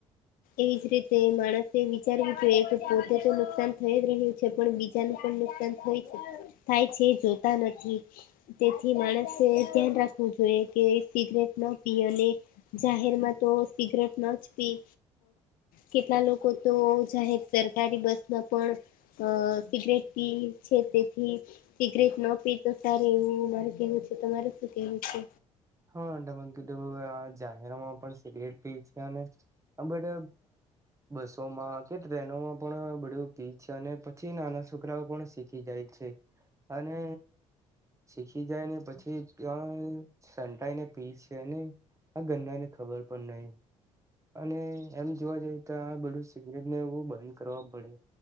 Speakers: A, on the left; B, on the right.
A: એવી જ રીતે, માણસે વિચારવું જોઈએ કે પોતે તો નુકસાન થઈ જ રહ્યું છે પણ બ પણ નુકસાન થય છે, થાય છે જોતા નથી. તેથી માણસે ધ્યાન રાખવું જોઈએ કે સિગરેટ ના પી અને જાહેર માં તો સિગરેટ ન જ પી કેટલા લોકો તો જાહેર સરકારી બસમાં પણ અ સિગરેટથી છેતેથી. સિગરેટ ન પી તો સાર એવું મારે કેવું છે તો મારે શું કેવું છે.
B: હાું, આ જાહેરામાં પણ સિગરેટ પી છે, અને આ બટ બસોમાં કે ટ્રેનોમાં. પણ બડ્યું પીચ અને, પછી નાના છોકરાઓ પણ શીખી જાય છે, અને શીખી જાય ને પછી ક્યાં સંટાઈને પી છે, અને આ ગન ને ખબર પણ નહી. અને એમ જોવા જઈએ તો આ બધું સિગરેટ ને એવું બંધ કરવા પડે